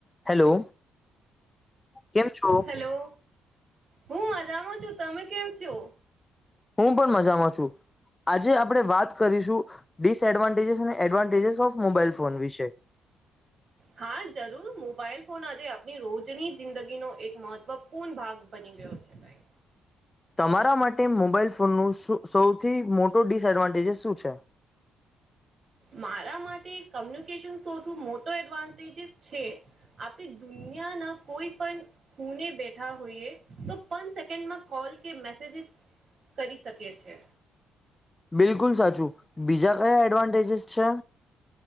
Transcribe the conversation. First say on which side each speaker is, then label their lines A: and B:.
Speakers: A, on the left (about 20°); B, on the right (about 45°).
A: Hello! કેમ છો
B: hello! હું મજામાં છું તમે કેમ છો?
A: હું પણ મજામાં છું. આજે આપણે વાત કરીશું ડીસ એડવાન્ટેજ ડીસ એડવાન્ટેજ અને એડવાન્ટેજ ઓફ મોબાઈલ ફોન વિશે
B: હા જરૂર મોબાઈલ ફોન આજે આપણી રોજની જિંદગીનો એક મહત્વપૂર્ણ ભાગ બની બની ગયો છે. ભાઈ
A: હ તમારા માટે મોબાઈલ ફોનનું સૌથી મોટો ડિસએડવાન્ટેજ શું છે? <inaudible>
B: મારા માટે કમ્યુનિકેશન સૌથી મોટો એડવાન્ટેજસ છે. આપણી દુનિયા કોઈ પણ ખૂને બેઠા હોઈએ તો પણ સેકન્ડમાં કોલ કે મેસેજ કરી શકે છે
A: બિલકુલ સાચું બીજા કયા એડવાન્ટેજસ છે